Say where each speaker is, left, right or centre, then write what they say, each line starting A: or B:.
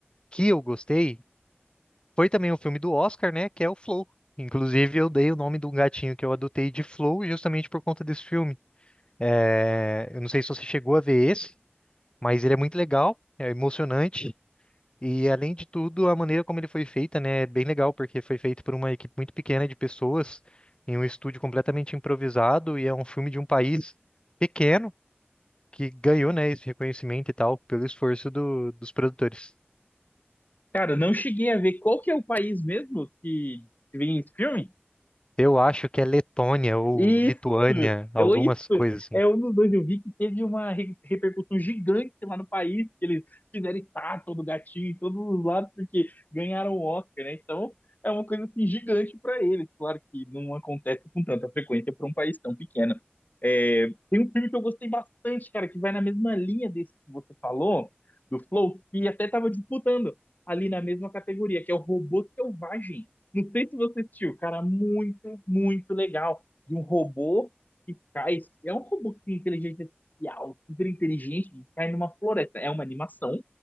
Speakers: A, on the left; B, on the left.
A: que eu gostei foi também um filme do Oscar, né, que é o Flow. Inclusive, eu dei o nome de um gatinho que eu adotei de Flow justamente por conta desse filme. É, eu não sei se você chegou a ver esse, mas ele é muito legal, é emocionante E além de tudo, a maneira como ele foi feita, né, é bem legal, porque foi feito por uma equipe muito pequena de pessoas, em um estúdio completamente improvisado, e é um filme de um país pequeno que ganhou, né, esse reconhecimento e tal, pelo esforço do- dos produtores.
B: Cara, não cheguei a ver qual que é o país mesmo que vem esse filme?
A: Eu acho que é Letônia ou
B: Isso!
A: Lituânia, algumas
B: Eu, isso!
A: coisas assim.
B: É um dos dois. Eu vi que teve uma re- repercussão gigante lá no país, que eles fizeram estátua do gatinho em todos os lados, porque ganharam o Oscar, né? Então, é uma coisa assim, gigante para eles. Claro que não acontece com tanta frequência para um país tão pequeno. É, tem um filme que eu gostei bastante, cara, que vai na mesma linha desse que você falou, do Flow, que até tava disputando ali na mesma categoria, que é o Robô Selvagem. Não sei se você assistiu, cara, muito, muito legal de um robô que cai. É um robô que tem inteligência artificial, super inteligente, que cai numa floresta. É uma animação.